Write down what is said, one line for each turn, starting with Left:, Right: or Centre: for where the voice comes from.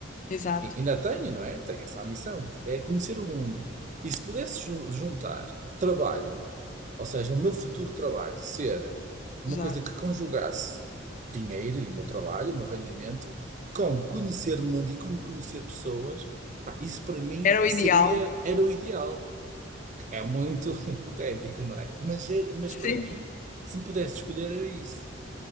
Left: exato,
Right: E- Ainda tenho, não é? Tenho essa ambição, é conhecer o mundo. E se pudesse ju- juntar trabalho, ou seja, o meu futuro trabalho, ser uma
Left: exato.
Right: coisa que conjugasse dinheiro e o meu trabalho, o meu rendimento, com conhecer o mundo e con- conhecer pessoas, pá, isso para mim
Left: Era o
Right: seria,
Left: ideal.
Right: era o ideal. É muito <laughs> hipotético, não é? Mas, era- mas
Left: sim
Right: para mim, se me pudesse escolher, era isso.